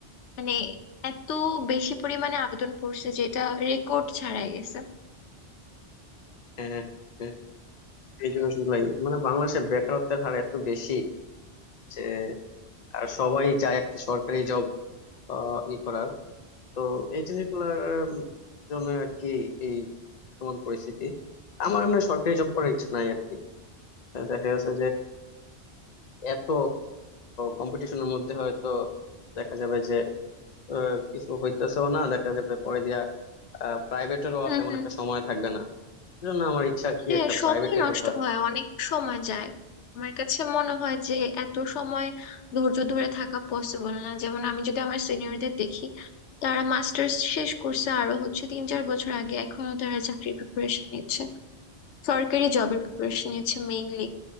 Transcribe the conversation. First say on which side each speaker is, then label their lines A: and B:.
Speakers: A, on the left; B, on the left.
A: মানে এত বেশি পরিমাণে আবেদন পড়ছে যেটা রেকর্ড ছাড়াই গেছে
B: হ্যাঁ হ্যাঁ, হ্যাঁ, এই জিনিসগুলাই মানে বাংলাদেশে বেকারত্বের হার এত বেশি যে আর সবাই চায় একটা সরকারি জব ই করার তো এই জিনিসগুলোর জন্য আর কি এই বর্তমান পরিস্থিতি আমার এমনি সরকারি জব করার ইচ্ছা নাই আর কি দেখা গেছে এত কম্পিটিশনের মধ্যে হয়তো দেখা যাবে যে আহ, কিছু হইতেছেও না দেখা যাবে পরে দিয়া প্রাইভেটেরও
A: হুম
B: আর তেমন
A: হুম
B: একটা সময় থাকবে না এজন্য আমার ইচ্ছা আর কি
A: হ্যাঁ
B: একটা
A: সময়
B: প্রাইভেটে
A: নষ্ট
B: ঢোকার
A: হয় অনেক সময় যায় আমার কাছে মনে হয় যে এত সময় ধৈর্য ধরে থাকা পসিবল না যেমন আমি যদি আমার সিনিয়রদের দেখি তারা মাস্টার্স শেষ করছে আরো হচ্ছে তিন চার বছর আগে এখনো তারা চাকরির প্রিপারেশন নিচ্ছে সরকারি জবের প্রিপারেশন নিচ্ছে মেইনলি